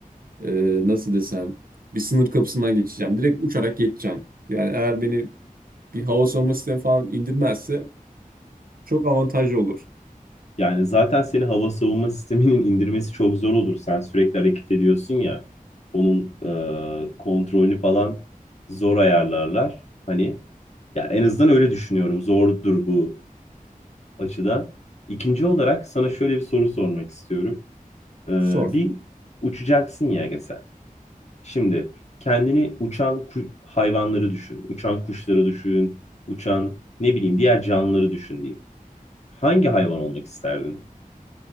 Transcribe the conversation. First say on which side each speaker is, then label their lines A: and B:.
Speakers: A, on the right; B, on the left.
A: e, nasıl desem bir sınır kapısından geçeceğim. Direkt uçarak geçeceğim. Yani eğer beni bir hava savunma sistemi falan indirmezse çok avantajlı olur.
B: Yani zaten seni hava savunma sisteminin <laughs> indirmesi çok zor olur. Sen sürekli hareket ediyorsun ya. Onun e, kontrolünü falan zor ayarlarlar. Hani ya en azından öyle düşünüyorum. Zordur bu açıdan. İkinci olarak sana şöyle bir soru sormak istiyorum. E,
A: Sor.
B: bir uçacaksın ya Ege sen. Şimdi kendini uçan ku- hayvanları düşün. Uçan kuşları düşün. Uçan ne bileyim diğer canlıları düşün diyeyim. Hangi hayvan olmak isterdin?